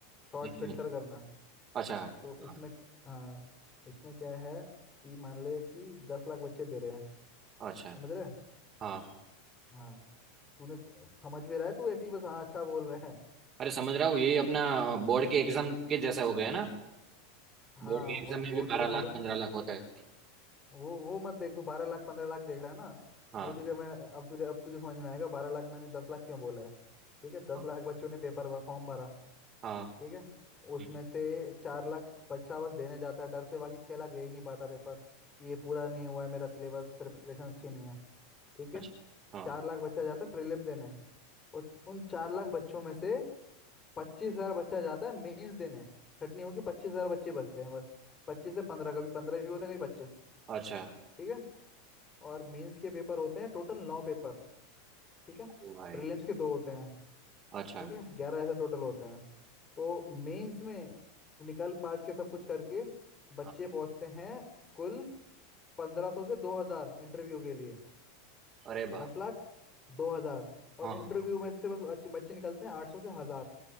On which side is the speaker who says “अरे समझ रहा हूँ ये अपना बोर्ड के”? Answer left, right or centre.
Right